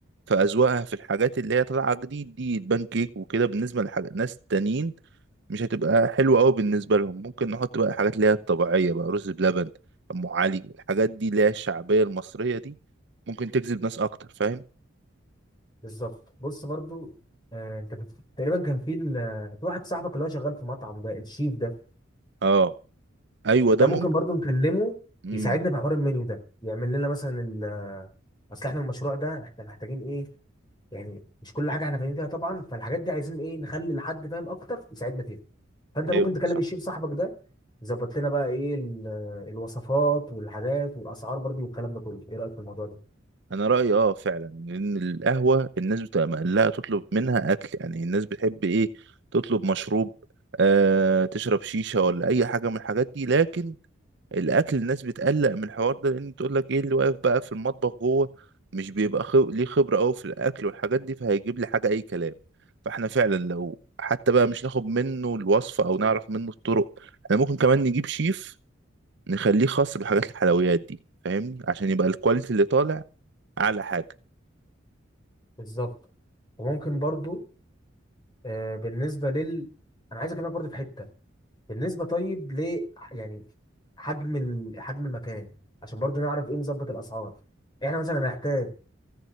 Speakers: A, on the right; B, on the left.
A: في اذواقها في الحاجات اللي هي طالعه جديد دي البان كيك وكده بالنسبه لحاجات ناس تانيين مش هتبقى حلوه قوي بالنسبه لهم ممكن نحط بقى حاجات اللي هي الطبيعيه بقى رز بلبن ام علي الحاجات دي اللي هي الشعبيه المصريه دي ممكن تجذب ناس اكتر فاهم
B: بالظبط بص برضو آه انت بت- تقريبا كان في ال- في واحد صاحبك اللي هو شغال في مطعم ده الشيف ده
A: اه ايوه ده
B: ده ممكن
A: ممكن
B: برضو نكلمه
A: امم
B: يساعدنا في حوار المنيو ده يعمل لنا مثلا ال آه، اصل احنا المشروع ده احنا محتاجين ايه يعني مش كل حاجه احنا فاهمين فيها طبعا فالحاجات دي عايزين ايه نخلي لحد فاهم اكتر يساعدنا فيها فانت
A: ايوه
B: ممكن تكلم
A: صح
B: الشيف صاحبك ده يظبط لنا بقى ايه ال- آه، الوصفات والحاجات والاسعار برضو والكلام ده كله ايه رايك في الموضوع ده
A: انا رايي اه فعلا ان القهوه الناس بتبقى مقلقه تطلب منها اكل يعني الناس بتحب ايه تطلب مشروب آه تشرب شيشه ولا اي حاجه من الحاجات دي لكن الاكل الناس بتقلق من الحوار ده لان تقول لك ايه اللي واقف بقى في المطبخ جوه مش بيبقى خب... ليه خبره قوي في الاكل والحاجات دي فهيجيب لي حاجه اي كلام فاحنا فعلا لو حتى بقى مش ناخد منه الوصفه او نعرف منه الطرق احنا ممكن كمان نجيب شيف نخليه خاص بحاجات الحلويات دي فاهمني عشان يبقى الكواليتي اللي طالع اعلى حاجه
B: بالظبط وممكن برضو آه بالنسبه لل انا عايز اكلمك برضو في حته بالنسبة طيب ل يعني حجم ال... حجم المكان عشان برضو نعرف ايه نظبط الأسعار احنا مثلا هنحتاج